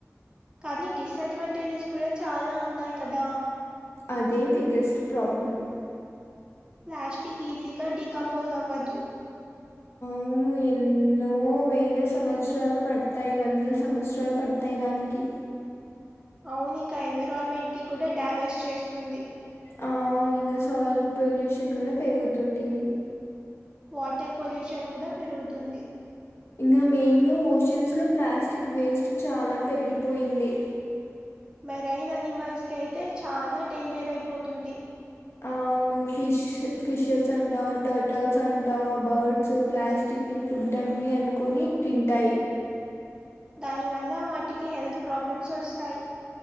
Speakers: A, on the right (about 15°); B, on the left (about 55°).
A: కానీ డిస్డ్వాంటేజెస్ కూడా చాలా ఉన్నాయి కదా
B: అదే బిగ్గెస్ట్ ప్రాబ్లమ్
A: ప్లాస్టిక్ ఈజీగా డికంపోజ్ అవ్వద్దు ఆ
B: అవును ఎన్నో వేల సంవత్సరాలు పడతాయి వందల సంవత్సరాలు పడతాయి దానికి
A: అవును ఇంకా ఎన్విరాన్మెంట్ కి కూడా డ్యామేజ్ చేస్తుంది
B: అవును ఇంక సాయిల్ పొల్యూషన్ కూడా పెరుగుతుంది
A: వాటర్ పొల్యూషన్ కూడా పెరుగుతుంది
B: ఇంగ మెయిన్గా ఓషన్స్ లో ప్లాస్టిక్ వేస్ట్ చాలా పెరిగిపోయింది
A: మెరైన్ అనిమల్స్ కి అయితే చాలా డేంజర్ అయిపోతుంది
B: అవును ఫిష్ ఫిషెస్ అంటా టర్టల్స్ అంటా బర్డ్స్ ప్లాస్ స్టిక్నీ ఫుడ్ అన్ని అనుకొని తింటాయి
A: దాని వల్ల వాటికి హెల్త్ ప్రాబ్లమ్స్ వస్తాయి